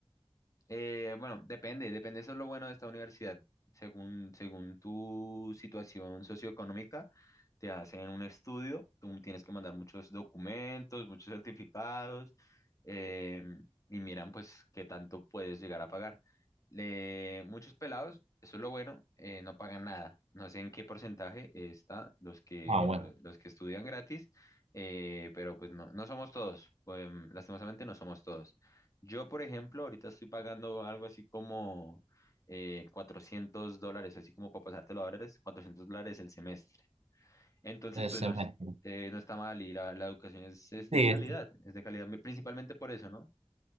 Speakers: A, on the left; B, on the right.
A: Eh, bueno, depende, depende, eso es lo bueno de esta universidad. Según, según tu situación socioeconómica, te hacen un estudio, tú tienes que mandar muchos documentos, muchos certificados, em, y miran pues qué tanto puedes llegar a pagar. Le- muchos pelados, eso es lo bueno, eh, no pagan nada. No sé en qué porcentaje está los que,
B: ah, bueno,
A: lo- los, que estudian gratis, eh, pero pues no, no somos todos, em, lastimosamente no somos todos. Yo, por ejemplo, ahorita estoy pagando algo así como eh, 400 dólares, así como para pasártelo a dólares, 400 dólares el semestre. Entonces,
B: ese
A: pues
B: semestre.
A: no es, eh, no está mal y la, la educación es, es de
B: Sí,
A: calidad, es de calidad, mi- principalmente por eso, ¿no?